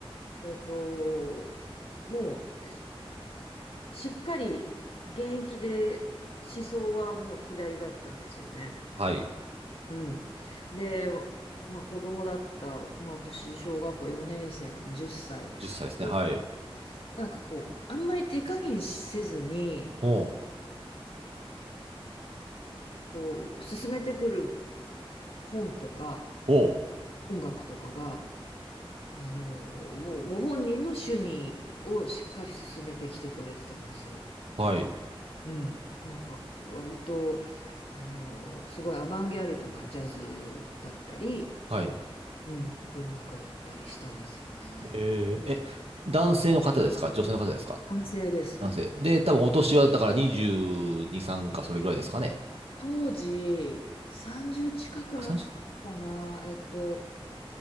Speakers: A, on the left; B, on the right.
A: えっと、もう、ししっかり現役で思想はもう左だったんですよね。
B: はい。
A: うん。で、まあ子供だった、まあ私、小学校4年生なんで10歳ですけど、
B: 10歳ですね。はい。
A: なんかこう、あんまり手加減せずに、
B: おう。
A: こう、進めてくる本とか
B: おう。
A: 音楽とかが、あの、もうご本人の趣味をしっかり進めてきてくれてたんですよ。
B: はい。
A: うん。なんか割と、あの、すごいアバンギャルドなジャズだったり、
B: はい。
A: うん、文学だったりしたんですよね。
B: えー、え、男性の方ですか女性の方ですか
A: 男性です。
B: 男性。で、多分お年はだから22、3かそれぐらいですかね。
A: 当時、30近くなってたのかな、
B: あ、3近く。
A: えっと、